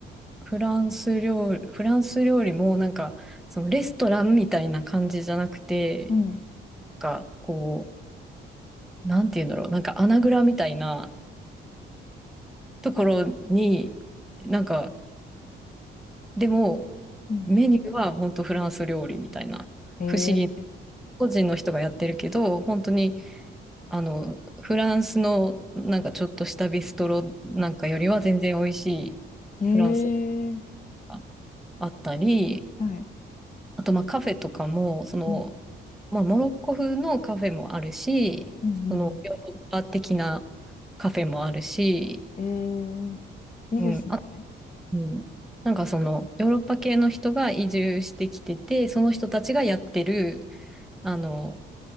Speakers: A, in the centre; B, on the left.
A: フランス料理、フランス料理もなんかそのレストランみたいな感じじゃなくて、
B: うん、
A: なんかこう、なんて言うんだろう、なんか穴蔵みたいなところに、なんかでも
B: うん。
A: メニューは本当フランス料理みたいな不思議
B: え
A: 個人の人がやってるけど、本当にあの、フランスのなんかちょっとしたビストロなんかよりは全然美味しい
B: ー、えー、
A: フランスがあったり、
B: はい。
A: あとまあカフェとかも、その、
B: うん、
A: まあモロッコ風のカフェもあるし、
B: うん、
A: そのヨーロッパ的な
B: うん
A: カフェもあるし、
B: うん。えー、いいですね。
A: うん、あ、うん、なんかそのヨーロッパ系の人が移住してきてて、その人たちがやってる、あの、